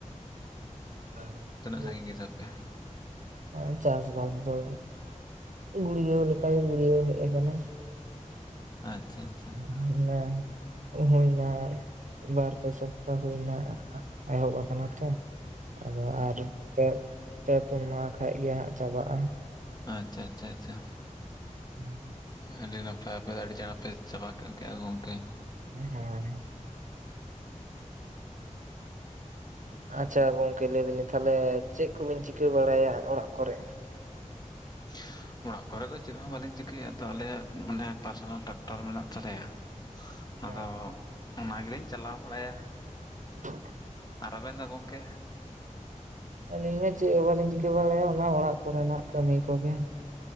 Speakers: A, on the right; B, on the left.
A: ᱦᱮᱸ ᱦᱮᱸ <unintelligible>
B: ᱥᱟᱺᱜᱤᱧ ᱜᱮᱛᱟ ᱯᱮᱭᱟ?
A: ᱦᱮᱸ ᱪᱟᱥᱵᱟᱥ ᱫᱚ ᱜᱩᱲᱭᱟᱹᱣ ᱞᱮᱠᱟᱜᱮ ᱜᱩᱲᱭᱟᱹᱣ ᱦᱮᱡ ᱠᱟᱱᱟ᱾
B: ᱟᱪᱪᱷᱟ ᱟᱪᱪᱷᱟ
A: <unintelligible>
B: ᱟᱪᱪᱷᱟ
A: ᱦᱩᱭᱱᱟ ᱵᱟᱨ ᱯᱮ ᱥᱚᱯᱛᱟᱦᱚ ᱦᱩᱭᱱᱟ ᱮᱦᱚᱵ ᱟᱠᱟᱱᱟ ᱛᱚ ᱟᱫᱚ ᱟᱨ ᱯᱮ ᱯᱩᱱ ᱢᱟᱦᱟ ᱠᱷᱟᱱ ᱜᱮ ᱦᱟᱸᱜ ᱪᱟᱵᱟᱜ-ᱟ᱾
B: ᱟᱪᱪᱷᱟ ᱟᱪᱪᱷᱟ ᱟᱪᱪᱷᱟ
A: <unintelligible>
B: ᱟᱹᱰᱤ ᱱᱟᱯᱟᱭ ᱟᱯᱮ ᱫᱚ ᱟᱹᱰᱤ ᱪᱟᱬᱯᱮ ᱪᱟᱵᱟ ᱜᱚᱫ ᱠᱮᱫᱟ ᱜᱚᱢᱠᱮ
A: ᱦᱮᱸ ᱟᱪᱪᱷᱟ ᱜᱚᱢᱠᱮ ᱞᱟᱹᱭ ᱫᱟᱞᱤᱧ ᱛᱟᱦᱞᱮ ᱪᱮᱫ ᱠᱚᱵᱤᱱ ᱪᱤᱠᱟᱹ ᱵᱟᱲᱟᱭᱟ ᱚᱲᱟᱜ ᱠᱚᱨᱮ
B: <unintelligible> ᱚᱲᱟᱜ ᱠᱚᱨᱮ ᱫᱚ ᱪᱮᱫ ᱦᱚᱸ ᱵᱟᱞᱤᱧ ᱪᱤᱠᱟᱹᱭᱟ ᱟᱫᱚ ᱟᱞᱮᱭᱟᱜ ᱢᱟᱱᱮ ᱯᱟᱨᱥᱚᱱᱟᱞ ᱴᱟᱠᱴᱟᱨ ᱢᱮᱱᱟᱜ ᱛᱟᱞᱮᱭᱟ᱾
A: ᱦᱮᱸ
B: ᱟᱫᱚ ᱚᱱᱟ ᱜᱮᱞᱤᱧ ᱪᱟᱞᱟᱣ ᱵᱟᱲᱟᱭᱟ᱾
A: <unintelligible>
B: ᱟᱨ ᱟᱵᱤᱱ ᱫᱚ ᱜᱚᱝᱠᱮ
A: ᱟᱞᱤᱧ ᱦᱚᱸ ᱪᱮᱫ ᱦᱚᱸ ᱵᱟᱞᱤᱧ ᱪᱤᱠᱟᱹ ᱵᱟᱲᱟᱭᱟ ᱚᱱᱟ ᱚᱲᱟᱜ ᱠᱚᱨᱮᱱᱟᱜ ᱠᱟᱹᱢᱤ ᱠᱚᱜᱮ᱾